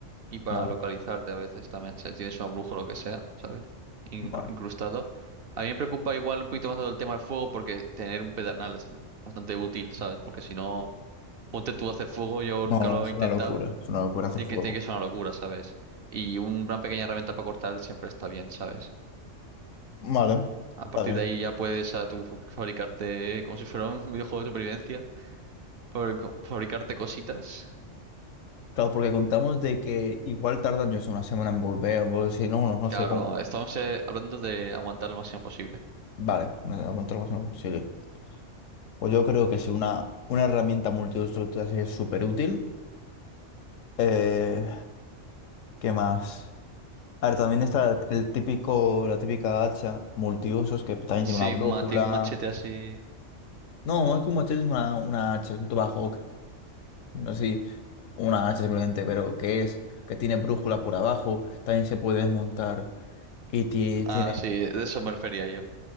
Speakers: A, on the right; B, on the left.
A: y para
B: vale,
A: localizarte a veces también, si tienes una bruja o lo que sea, ¿sabes? Incru-
B: vale.
A: incrustado. A mí me preocupa igual un poquito más todo el tema del fuego porque tener un pedernal es bastante útil, ¿sabes? Porque si no... Ponte tú a hacer fuego, yo
B: No,
A: nunca
B: no,
A: lo
B: es
A: he intentado.
B: una locura. Es una locura hacer
A: Tiene
B: fuego.
A: que, tiene que ser una locura, ¿sabes? Y un- una pequeña herramienta para cortar siempre está bien, ¿sabes?
B: Vale,
A: A
B: está
A: partir
B: bien.
A: de ahí ya puedes a tú <laughs> fabricarte como si fuera un videojuego de supervivencia, fabric- fabricarte cositas.
B: Claro, porque contamos de que igual tardan yo sé, una semana en volver, o si no, no, no
A: Claro,
B: sé cómo.
A: estamos eh, hablando de aguantar lo máximo posible.
B: Vale, no a aguantar lo más semana posible. Pues yo creo que si una, una herramienta multiuso así es súper útil. Eh, ¿qué más? A ver, también está el típico, la típica hacha multiusos que también
A: Sí,
B: tiene una brújula.
A: un mate- un machete así.
B: No, es que un machete es una, una hacha, es un tomahawk, así, una hacha simplemente, pero que es, que tiene brújula por abajo, también se puede desmontar y ti-
A: Ah,
B: tiene
A: sí, de eso
B: eh,
A: me refería yo.